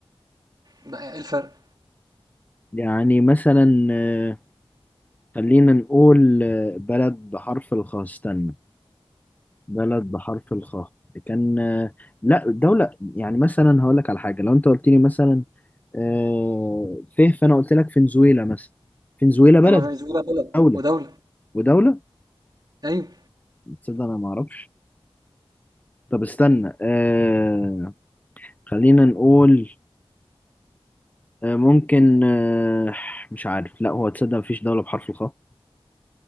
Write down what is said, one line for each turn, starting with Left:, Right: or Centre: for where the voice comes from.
Right: بقى إيه الفرق؟
Left: يعني مثلا آه، خلينا نقول آه، بلد بحرف الخاء استنى بلد بحرف الخاء كان آه، لا دولة يعني مثلا هقول لك على حاجة لو انت قلت لي مثلا آه، فيه فانا قلت لك فنزويلا مثلا فنزويلا بلد
Right: طب ما فنزويلا بلد
Left: دولة
Right: ودولة
Left: ودولة
Right: أيوة
Left: تصدق انا ما اعرفش طب استنى آه خلينا نقول آه ممكن آه مش عارف لا هو تصدق مفيش دولة بحرف الخاء